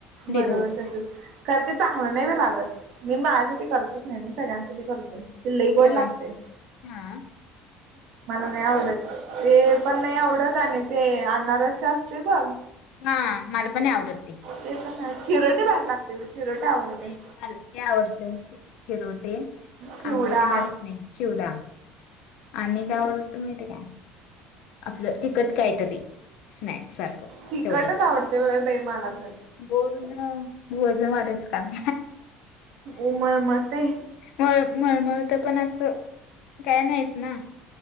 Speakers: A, on the left (about 70°); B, on the right (about 65°).
A: दिलं
B: बरोबर
A: होतं
B: तसच खर ते चांगलं नाही ब लागत मी माझ्यासाठी करतच नाही मी सगळ्यांसाठी करते. ते लईवड
A: होय
B: लागते.
A: हा.
B: मला नाही आवडत ते पण नाही आवडत आणि ते आणणार असे असते बघ.
A: हा मला पण आवडतते.
B: ते पण चिरटी भाग लागते. चिरोटे आवडते
A: स मला ते आवडत शिरोट आणि
B: चिवडा
A: अनारस नाही. शिवडा आणि कायवडत माती का आपलं तिकट काय तरी स्नाक्सारख
B: तिखटच
A: चोढ
B: आवडते बाई मला तर
A: गोडून वजन वाढायचं काम
B: उमर म ते
A: मळ मळमळत पण असं काय नाहीच ना.